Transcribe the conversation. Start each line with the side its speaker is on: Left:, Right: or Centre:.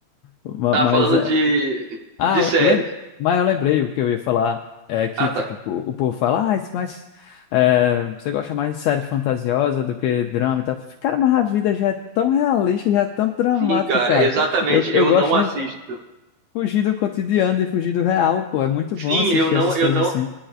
Left: Ma-
Right: Tava
Left: Mas,
Right: falando
Left: eh,
Right: de,
Left: ah,
Right: de série.
Left: lem- mas eu lembrei o que eu ia falar. É que,
Right: Ah, tá.
Left: tipo, o, o povo fala, ah, isso- mas eh, você gosta mais de série fantasiosa do que drama e tal. Cara, mas a vida já é tão realista, já é tão dramática,
Right: Sim, cara,
Left: cara.
Right: exatamente.
Left: Eu,
Right: Eu
Left: eu gosto
Right: não
Left: de
Right: assisto.
Left: Fugir do cotidiano e fugir do real, pô. É muito
Right: Sim,
Left: bom assistir
Right: eu não,
Left: essas
Right: eu
Left: coisas
Right: não.
Left: assim.